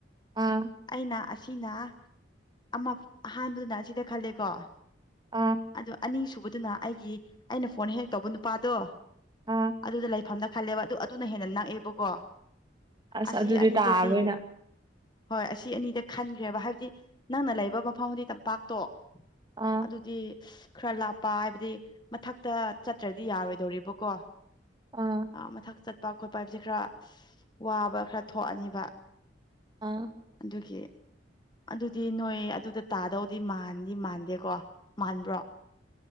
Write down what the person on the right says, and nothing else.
ꯑ
ꯑꯥ
ꯑꯥ
ꯑꯁ
ꯑꯗꯨꯗꯤ
ꯇꯥꯔꯔꯣꯏꯅ
ꯑ
ꯑꯥ
ꯑꯥ